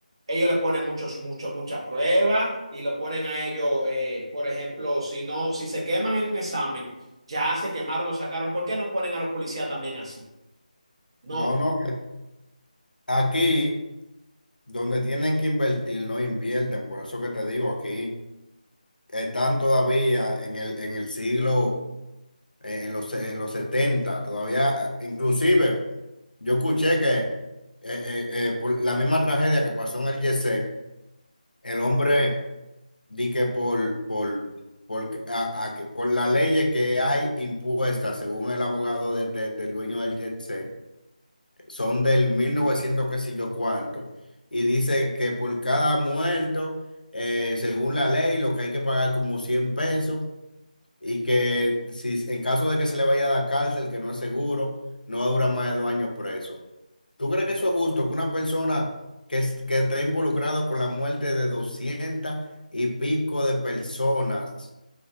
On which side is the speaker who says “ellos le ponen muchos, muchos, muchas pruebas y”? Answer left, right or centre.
Right